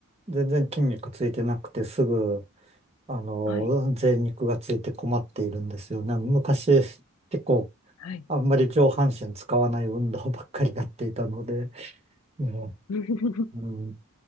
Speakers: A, on the right; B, on the left.
A: 全然筋肉ついてなくてすぐ、あの、
B: はい。
A: 贅肉がついて困っているんですよね。昔、結構、
B: はい。
A: あんまり上半身使わない運動ばっかりやっていたので、ね
B: <laughs>
A: うん。